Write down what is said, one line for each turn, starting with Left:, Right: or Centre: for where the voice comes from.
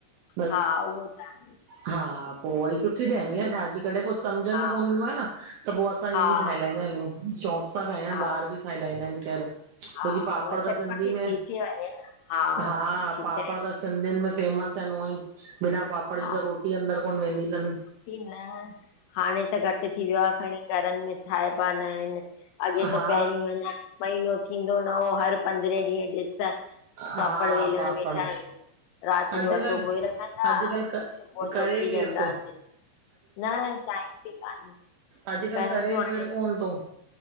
Right: बस
Left: हा, उहो ता आहे
Right: हा पो वरी सुठी ठहंदी आहे भाॼी
Left: चाहींदा
Right: कॾहिं
Left: आहियूं
Right: कुझु सम्झि
Left: हा
Right: में कोन ईंदो आहे न त पो असां ईअंई
Left: हा
Right: ठाहे लाईींदा आहियूं। शौक़ सां खाईदानि,
Left: हा
Right: ॿारि बि खाई लाईंदा आहिनि खेरु
Left: हा
Right: छोकी पापड़
Left: उहा
Right: त
Left: चटपटी
Right: सिंधी
Left: थी
Right: में,
Left: थी वञे न हा
Right: हा
Left: सुठी
Right: पापड़
Left: चहिरी
Right: त
Left: थी
Right: सिंधियुनि
Left: थी
Right: में फेमस आहिनि उअई बिना पापड़
Left: हा
Right: जे त रोटी अंदर कोन्ह वेंदी अथनि।
Left: न, हाणे त खणी घटि थी वियो आ खणी घरनि में ठाहिबा न आहिनि, अॻे त
Right: हा
Left: पहिरीं अञा महीनो थींदो न हो हर पंद्रहें ॾींहं ॾिस त
Right: हा
Left: पापड़ वेलण
Right: पापड़
Left: वेठा आहियूं। राति
Right: अॼुकल्ह
Left: जो अठो ॻोए रखंदा,
Right: अॼुकल्ह क
Left: सुबुह जो
Right: करे
Left: वेही रहदासीं
Right: केर थो
Left: न टाइम बि कान्हे।
Right: अॼकल्ह
Left: कंचू
Right: करेे
Left: हाणे
Right: केर कोन थो